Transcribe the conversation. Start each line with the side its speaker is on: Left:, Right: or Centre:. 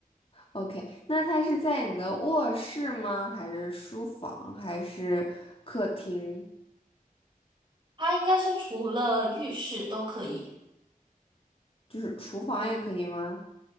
Left: ？OK，那它是在你的卧室吗？还是书房？还是客厅？
Right: 它应该是除了浴室都可以，
Left: 就是厨房也可以吗？